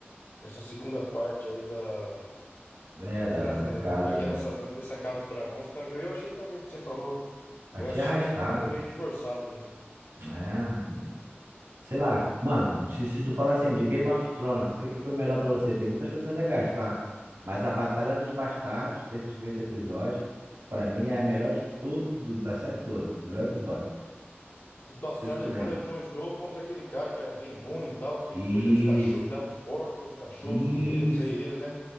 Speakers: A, on the left (about 85°); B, on the right (about 80°).
A: nessa segunda parte aí da.
B: É, da,
A: Nessa,
B: da
A: na-
B: casa,
A: como é que
B: né?
A: é? Nessa, nessa Casa do Dragão, você tá melhor. Eu achei também o que você falou. Eu
B: Achei
A: achei
B: arrastado,
A: um pouco meio que forçado mesmo.
B: né? Sei lá, mano, se, se tu falar assim de Game of Thrones, o que, que foi melhor pra você? Tem muitas coisas legais, claro. Mas a Batalha dos Bastardos, se você viu esse episódio, pra mim é a melhor de tudo, do- da série toda. Melhor episódio.
A: Dos bastardos
B: Não sei se tu
A: é
B: lembra.
A: quando é o Jon Snow contra aquele cara que era bem ruim e tal, que
B: Isso,
A: depois os cachorros. Dá pros porcos ou os cachorros
B: isso.
A: comer, não sei ele, né?